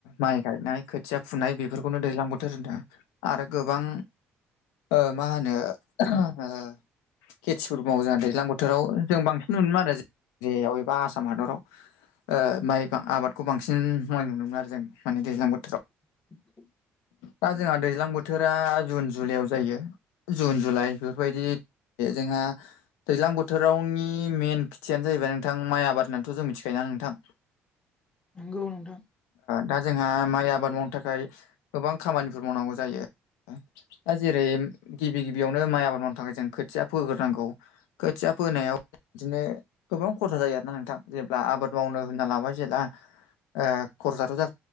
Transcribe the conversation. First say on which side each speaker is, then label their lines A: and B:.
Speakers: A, on the left; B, on the left.
A: माइ गायनाय खोथिया फुनाय बेफोरखौनो दैज्लां बो थोर आरो गोबां ओ मा होनो ओ खेथिफोर मावो जोंहा दैजां बोथोराव जों बांसिन नुनोमोन आरो जेयाव एबा आसाम हादराव माइ आबादखौ बांसिन मावनाय नुदोंमोन आरो जों माने दैज्लां बोथोराव
B: <inaudible>
A: दा जोंहा दैज्लां बोथोरा जुन जुलाइआव जायो जुन जुलाइ बेफोरबायदि बे जोंहा दैज्लां बोथोरावनि मेन खेथियानो जाहैबाय नोंथां माइ आबाद होननानैथ' जों मिथिखायो ना नोंथां।
B: नंगौ नोंथां।
A: दा जोंहा माइ आबाद मावनो थाखाय गोबां खामानिफोर मावनांगौ जायो। दा जेरै गिबि गिबियावनो माइ आबाद मावनो थाखाय जों खोथिया फोग्रोनांगौ। खोथिया फोनायाव बिदिनो। गोबां खरसा जायो आरोना नोंथां जेब्ला आबाद मावनो होनना लाबाय जेला। ओ खरसाथ' ज